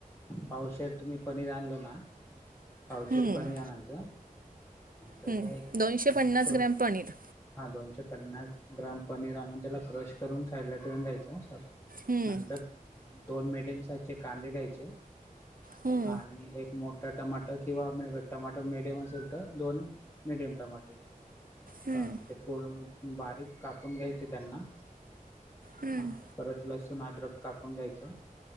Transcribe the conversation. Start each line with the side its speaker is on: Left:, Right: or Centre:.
Left: पावशर तुम्ही पनीर आणल ना पावशर
Right: हम्म
Left: प आणणायचं तर
Right: हम्म
Left: त्या एक
Right: दोनशे पन्नास
Left: क्ल
Right: ग्रॅम पनीर
Left: हा दोनशे पन्नास ग्राम पनीर आणून त्याला क्रश करून साईडला ठेवून द्यायचं सर
Right: हम्म
Left: नंतर दोन मीडियम साईजचे कांदरे घायचे
Right: हम्म
Left: आणि एक मोठा टमाट किंवा म टमाटो मीडियम असेल तर दोन मीडियम टमाट
Right: हम्म
Left: हा ते पूर्ण बारीक कापून घ्यायचे त्यांना
Right: हम्म
Left: हा परत लसूण अद्रक कापून घ्यायचं